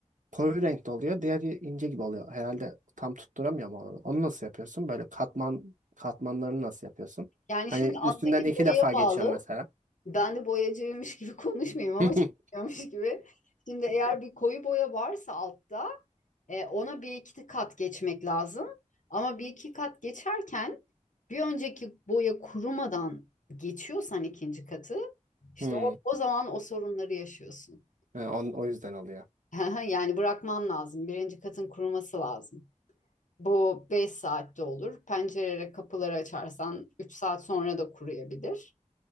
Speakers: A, on the right; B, on the left.
A: koyu renkte oluyor. Diğeri ince gibi oluyor. Herhalde tam tutturamıyor mu onu? Onu nasıl yapıyorsun? Böyle katman katmanlarını nasıl yapıyorsun?
B: Yani
A: Hani
B: şimdi alttaki
A: üstünden iki
B: boyaya
A: defa
B: bağlı.
A: geçiyorum mesela.
B: Ben de boyacıymış gibi <laughs> konuşmayayım ama
A: <laughs>
B: çalışıyormuş gibi. Şimdi eğer bir koyu boya varsa altta E, ona bir iki kat geçmek lazım. Ama bir iki kat geçerken bir önceki boya kurumadan geçiyorsan ikinci katı işte
A: Hmm.
B: o, o zaman o sorunları yaşıyorsun.
A: Ha, on, o yüzden oluyor.
B: <laughs> Yani bırakman lazım. Birinci katın kuruması lazım. Bu 5 saatte olur. Pencerelere kapıları açarsan 3 saat sonra da kuruyabilir.